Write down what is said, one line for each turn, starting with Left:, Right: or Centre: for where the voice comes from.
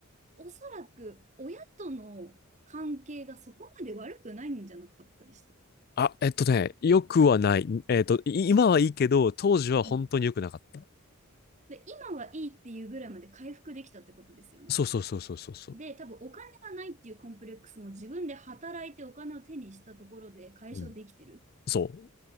Right: おそらく親との関係がそこまで悪くないんじゃなかったでした。
Left: あ、えっとね、良くはない。えっと、い今はいいけど、当時は本当に良くなかった。
Right: うん、で、今はいいっていうぐらいまで回復できたってことですよね。
Left: そうそうそうそうそうそう。
Right: で、多分お金がないっていうコンプレックスも自分で働いてお金を手にしたところで解消できてる
Left: うん。そう。